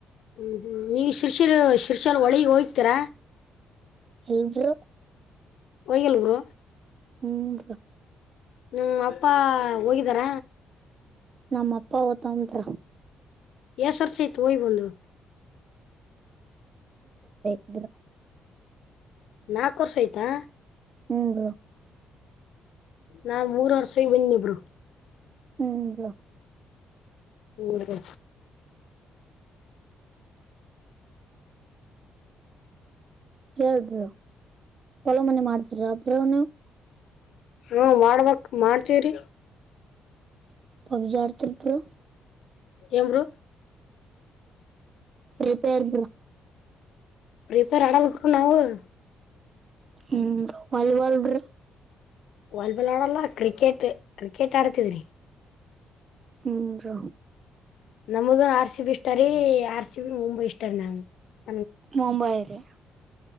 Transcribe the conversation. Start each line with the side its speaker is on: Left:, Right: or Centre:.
Left: ಹ್ಮ್ ಹ್ಮ್ ನೀ ಶಿರ್ಷಿರ ಶಿರ್ಷಲ್ ಒಳಿಗ್ ಹೋಗತೀರ
Right: ಏನು ಬ್ರೋ
Left: ಹೋಗಿಲ್ಲ ಗುರು
Right: ಹ್ಮ್
Left: ನಿಮ್ಮ ಅಪ್ಪ ಹೋಗಿದಾರ
Right: ನಮ್ಮ ಅಪ್ಪ ತ್ರ
Left: ಎಸ್ ವರ್ಷ ಆಯ್ತು ಹೋಗಿ ಬಂದು
Right: ಹರ
Left: ನಾಲ್ಕು ವರ್ಷ ಆಯ್ತಾ
Right: ಹ್ಮ್ ರ
Left: ನಾ ಮೂರ್ ವರ್ಷ ಹೋಗಿ ಬಂದೀನ್ ಬ್ರೋ
Right: ಹ್ಮ್
Left: ಹ್ಮ
Right: ಹೇಳ್ ಬ್ರೋ ಹೊಲ ಮನೆ ಮಾಡ್ತೀರ ಬ್ರೋ ನೀವು
Left: ಹ ಮಾಡ್ಬಕ್ ಮಾಡ್ತೀವ್ರೀ
Right: ಪಬ್ಜಿ ಆಡ್ತಿರ್ ಬ್ರೋ
Left: ಏನ್ ಬ್ರೋ
Right: ಪ್ರಿಪೇರ್
Left: ಪ್ರಿಪೇರ್ ಮಾಡಲಪ್ಪ ನಾವಿವಾಗ
Right: ಹ್ಮ ವಾಲಿಬಾಲ್ರು
Left: ವಾಲಿಬಾಲ್ ಆಡಲ್ಲ ಕ್ರಿಕೆಟ್ ಕ್ರಿಕೆಟ್ ಆಡ್ತಿದ್ರಿ
Right: ಹ್ಮ್ ರು
Left: ನಮ್ದು ಆರ್ ಸಿ ಬಿ ಇಷ್ಟಾರಿ ಆರ್ ಸಿ ಬಿ ಮುಂಬ ಇಷ್ಟಾರಿ ನಂಂಗ
Right: ಮುಂಬೈ ರ